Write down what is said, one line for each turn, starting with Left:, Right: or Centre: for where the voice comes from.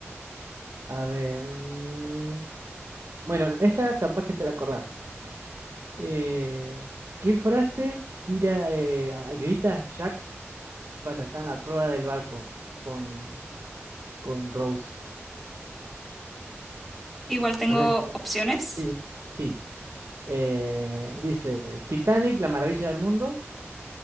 Right: a ver, mm, bueno, esta capaz que te la acordás. Eh, ¿qué frase tira, eh, a- grita Jack cuando está en la prueba del barco con, con Rose?
Centre: Igual tengo
Right: No sé,
Centre: opciones.
Right: sí, sí. Eh, dice, Titanic, la maravilla del mundo,